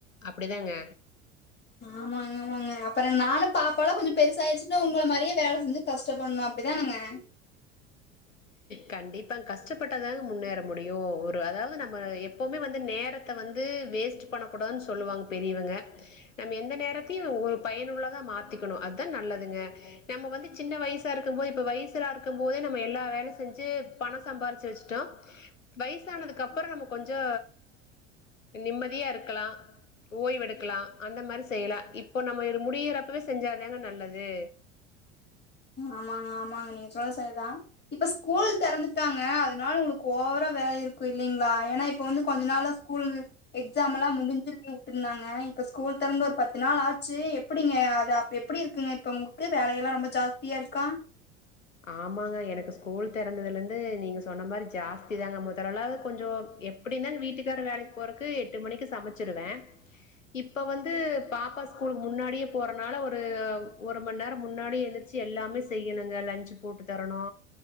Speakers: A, on the left; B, on the left.
A: அப்டிதாங்க
B: ஆமாங் ஆமாங்க அப்பற நானுப் பாப்பாலா கொஞ்சம் பெருசாயிருச்சுனா உங்ள மாரியே வேல செஞ்சு கஷ்டபன்னு அப்டிதானங்கே
A: கண்டிப்பாங் கஷ்டப்பட்டாதாங்க முன்னேற முடியு ஒரு அதாவது நம்ம எப் ப்போமே வந்து நேரத்த வந்து வேஸ்ட்டு பண்ணக் கூடாதுன் சொல்லுவாங் பெரியிவுங்க நம்ம எந்த நேரத்தையு ஒரு பயனுள்ளதா மாத்திக்கணு அத்தா நல்லதுங்க நம்ம வந்து சின்ன வயசா இருக்கும் போது இப்ப வயசுலாருக் க்கும் போதே நம்ம எல்லா வேல செஞ்சு பணோ சம்பாரிச்சு வச்ட்டோ வயசானதுக்கப்பறோ நம்ம கொஞ்சோ நிம்மதியா இருக்கலா ஓய்வெடுக்லா அந்த மாரி செய்யலா இப்போ நம்ம இரு முடியிறப்பவே செஞ்சாதாங்க நல்லது
B: ஆமாங்க ஆமாங்க நீங் சொல்றது சரிதா இப்ப ஸ்கூல் தெறந்துட்டாங்க அதுனால உங்ளுக்கு ஓவரா வேல இருக்கு இல்லீங்ளா எனா இப்ப வந்து கொஞ்ச நாளாச் கூலுது எக்ஸாம்மெலாம் முடிஞ்சு லீவ் வுட்டுந்தாங்க இப்ப ஸ்கூல் தெறந்து ஒரு பத்து நாள் ஆச்சு எப்டிங்க அது அப் எப்டி இருக் இக்குங்க இப்ப உங்க்கு வேலையெல்லா ரொம்ப ஜாஸ்தியா இருக்கா
A: ஆமாங்க எனக்கு ஸ்கூல் தெறந்ததுலந்து நீங்க சொன்ன மாரி ஜாஸ்தி தாங்க முதலலா கொஞ்சோ எப் பிடிந்தா இந்த வீட்டுக்காரர் வேலைக் போறக்கு எட்டு மணிக்கு சமச்சுருவே இப்ப வந்து பாப்பா ஸ்கூலு முன்னாடியேப் போறனால ஒரு ஒரு மண் நேரம் முன்னாடியே எந்திர் ச்சி எல்லாமே செய்யணுங்க லன்ச்சு போட்டு தரணு